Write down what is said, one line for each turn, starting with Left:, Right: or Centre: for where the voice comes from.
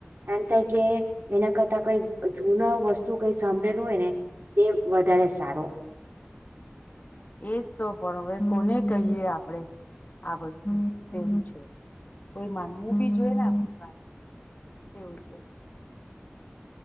Right: આ થાય કે એના કરતા કોઈ જૂના વસ્તુ કઈ સાંભળેલું હોય ને તે વધારે સારો.
Left: એજ તો પણ હવે કોને કહીએ આપણેે આ વસ્તુ તેવું છે કોઈ માનવું બી જોઈ ને આપણી તેવું છે.